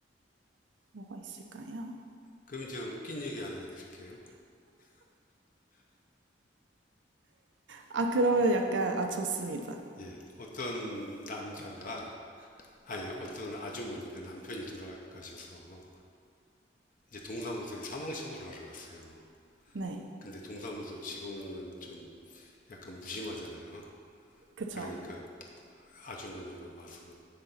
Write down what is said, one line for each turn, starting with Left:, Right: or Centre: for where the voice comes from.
Right: 뭐가 있을까요?
Left: 그러면 제가 웃긴 얘기 하나 해드릴게요.
Right: 아, 그러면 약간, 아, 좋습니다.
Left: 예, 어떤 남자가 아니 어떤 아주머니가 남편이 돌아가셔서 이제 동사무소에 사망 신고를 하러 갔어요.
Right: 네.
Left: 근데 동사무소 직원은 좀 약간 무심하잖아요.
Right: 그쵸.
Left: 그러니까 아주머니가 와서